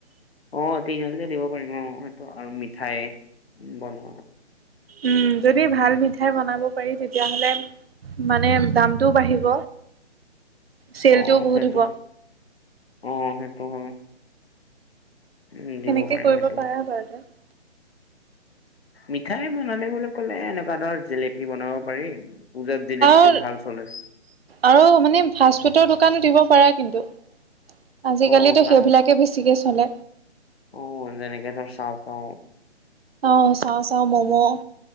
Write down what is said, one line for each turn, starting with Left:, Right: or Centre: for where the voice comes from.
Left: অ', তিনিআলিকে দিব পাৰিম অ', সেইটো আৰু মিঠাই বনোৱা
Right: উম, যদি ভাল মিঠাই বনাব পাৰি তেতিয়াহ'লে মানে দামটোও বাঢ়িব চেলটোও
Left: অ',
Right: বহুত
Left: সেইটো
Right: হ'ব
Left: অ', সেইটো হয়। উম দিব
Right: সেনেকে
Left: পাৰিম
Right: কৰিব
Left: সেইটো
Right: পাৰা বাৰুতে
Left: মিঠাই বনালে বুলি ক'লে এনেকুৱা ধৰ জেলেপি বনাব পাৰি পূজাত জিলিপিতো
Right: আৰু
Left: ভাল চলে
Right: আৰু মানে ফাষ্ট ফুডৰ দোকানো দিব পাৰা কিন্তু। আজিকালিটো
Left: অ ফাৰ্ষ্ট
Right: সেইবিলাকে বেছিকে চলে।
Left: অ', তেনেকে ধৰ চাওঁ, চাওঁ।
Right: অ', চাওঁ, চাওঁ, ম'ম',